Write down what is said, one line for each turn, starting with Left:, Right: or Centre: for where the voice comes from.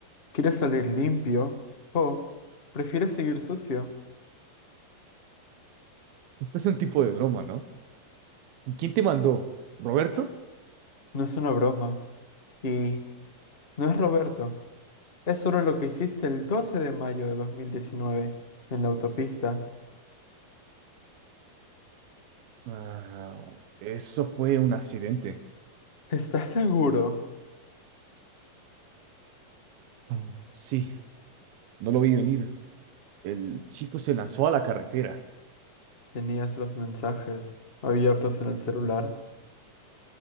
Left: ¿Quieres salir limpio? ¿O prefieres seguir sucio?
Right: Este es un tipo de broma, ¿no? ¿Quién te mandó? ¿Roberto?
Left: No es una broma. Y no es Roberto. Es solo lo que hiciste el 12 de mayo de 2019 en la autopista.
Right: Ah, eso fue un accidente.
Left: ¿Estás seguro?
Right: Mm. Sí, no lo vi venir. El chico se lanzó a la carretera.
Left: Tenías los mensajes abiertos en el celular.